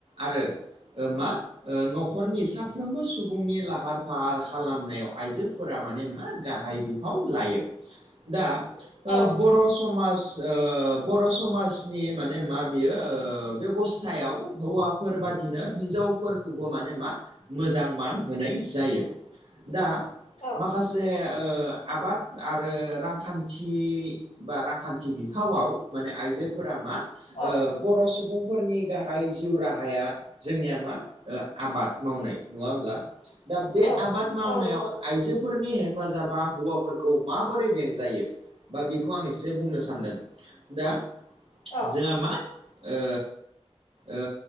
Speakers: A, on the right; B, on the left.
A: आरो मा ओश्रन'खरनि साफ्रोमबो सुबुंनि लाहार फाहार खालामनायाव आइजोफोरा माने मा गाहाय बिफोर फाल लायो दा
B: औ
A: ओ बर' समाज ओ बर' समाजनि माने मा बियो बेबस्थायाव हौवा फोर बादिनो हिजाव फोरखौबो माने मा मोजां मान होनाय जायो। दा
B: औ
A: माखासे आबाद आरो रांखान्थि बा रांखान्थि बिफावआव माने आइजोफोरा मा ओ
B: औ
A: बर' सुबुंफोरनि गाहाय जिउ राहाया जोंनिया मा ओ आबाद मावनाय नङा होमब्ला दा बे
B: औ
A: आबाद मावनायाव
B: नंगौ औ
A: आइजो फोरनि हेफाजाबा हौवाफोरखौ माबोरै बेंजायो बा बेखौ आं एसे बुंनो सानदों दा
B: औ
A: जोंहा मा ओ ओ